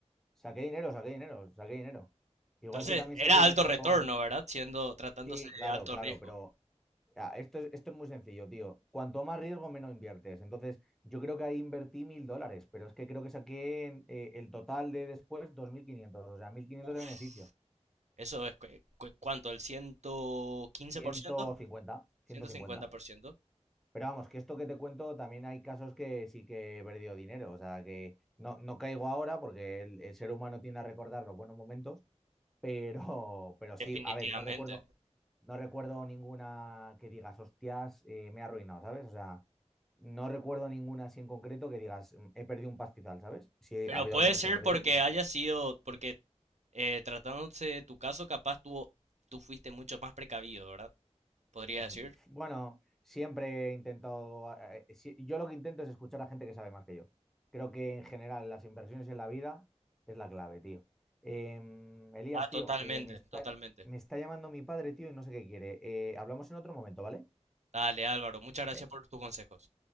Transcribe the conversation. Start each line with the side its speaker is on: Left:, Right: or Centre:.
Centre: saqué dinero, saqué dinero, saqué dinero. Igual
Right: Entonces,
Centre: que también
Right: era
Centre: saqué
Right: alto
Centre: dinero.
Right: retorno, ¿verdad? Siendo, tratándose
Centre: Sí, claro,
Right: de alto
Centre: claro,
Right: riesgo.
Centre: pero ah, esto es, esto es muy sencillo, tío. Cuanto más riesgo, menos inviertes. Entonces, yo creo que ahí invertí mil dólares, pero es que creo que saqué en, eh, el total de después 2.500, o sea, 1.500
Right: Uf,
Centre: de beneficio.
Right: eso es, cu- cu- ¿cuánto? ¿El ciento quince
Centre: ciento
Right: por ciento.
Centre: cincuenta, ciento
Right: ¿ciento
Centre: cincuenta.
Right: cincuenta por ciento?
Centre: Pero vamos, que esto que te cuento, también hay casos que sí que he perdido dinero. O sea, que no, no caigo ahora porque el, el ser humano tiende a recordar los buenos momentos, pero, pero sí,
Right: Definitivamente.
Centre: a ver, no recuerdo. no recuerdo ninguna que digas, hostias, eh, me he arruinado, ¿sabes? O sea, no recuerdo ninguna así en concreto que digas, "Mm, he perdido un pastizal, ¿sabes? Sí,
Right: Pero
Centre: ha habido
Right: puede
Centre: acciones
Right: ser
Centre: que he perdido.
Right: porque
Centre: pero,
Right: haya sido, porque eh, tratándose de tu caso, capaz tú, tú fuiste mucho más precavido, ¿verdad? Podría
Centre: mm,
Right: decir.
Centre: pf, Bueno, siempre he intentado, eh, sí, yo lo que intento es escuchar a gente que sabe más que yo. Creo que en general las inversiones en la vida es la clave, tío. Em, Elías,
Right: Ah,
Centre: tío,
Right: totalmente,
Centre: eh, me está,
Right: totalmente.
Centre: me está llamando mi padre, tío, y no sé qué quiere. Eh, hablamos en otro momento, ¿vale?
Right: Dale, Álvaro, muchas gracias
Centre: Ve-
Right: por tus consejos.